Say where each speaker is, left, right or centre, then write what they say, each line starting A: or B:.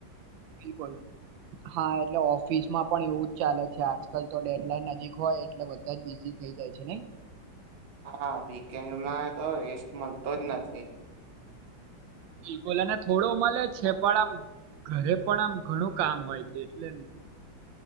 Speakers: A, on the right; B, on the right.
A: બિલકુલ, હા. એટલે ઓફિસમાં પણ એવું ચાલે છે આજકાલ, તો ડેડલાઈન નજીક હોય એટલે બધા જ બિઝી થઈ જાય છે, નહીં?
B: હા, વીકેન્ડમાં તો રેસ્ટ મળતો જ નથી.
A: બિલકુલ, અને થોડું મળે છે, પણ આમ ઘરે પણ આમ ઘણું કામ હોય છે, એટલેને